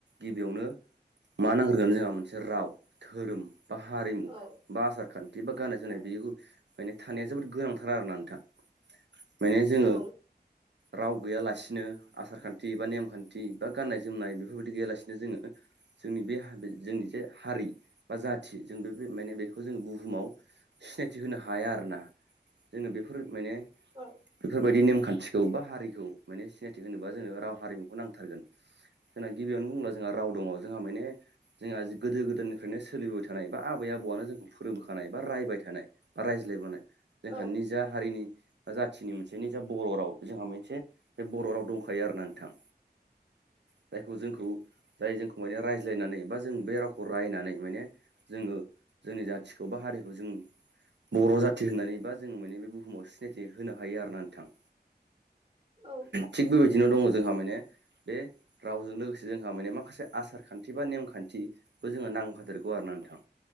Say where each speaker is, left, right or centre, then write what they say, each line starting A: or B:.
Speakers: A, on the right; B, on the right.
A: गिबियावनो मा नांग्रोगोन जोंहा मोनसे राव धोरोम बा हारिमु
B: औ
A: बा आसार खान्थि बा गाननाय जोमनाय
B: औ
A: बेखौ माने थानाया जोबोद गोनांथारा आरोना नोंथां माने जोङो
B: औ
A: राव गैयालासिनो आसार खान्थि बा नेमखान्थि बा गाननाय जोमनाय बेफोरबायदि गैयालासिनो जोङो जोंनि बे जोंनि जे हारि बा जाथि जों बे माने बेखौ जोंङो बु बुहुमाव सिनायथि होनो हाया आरोना जोंनो बेफोर माने
B: उम
A: बेफोरबायदि नेमखान्थिखौ बा हारिखौ माने सिनायथि होनोबा जोङो राव हारिमुखौ नांथारगोन जोंना गिबियावनो बुंब्ला जोंहा राव दङ जोंहा माने जोंहा गोदो गोदायनिफ्रायनो सोलिबोबाय थानाय बा आबै आबौआनो जोंखौ फो फोरोंबोखानाय बा रायबाय थानाय बा रायज्लायबोनाय जोंहा
B: औ
A: निजा हारिनि बा जाथिनि मोनसे निजा बर' राव जोंहा मोनसे बे बर' राव दंखायो आरो ना नोंथां जायखौ जोंखौ जाय जोंखौ माने रायज्लायनानै बा जों बे रावखौ रायनानै माने जोङो जोंनि जा सोरबा हारिखौ जों बर' जाथि होननानै बा जोङो माने बे बुहुमाव सिनायथि होनो हायो आरोना नोंथां
B: औ
A: थिग बेबायदिनो दङ जोंहा माने बे रावजों लोगोसे जोंहा माने माखासे आसार खान्थि बा नेमखान्थिबो जोङो नांफादेरगौ आरो नोंथां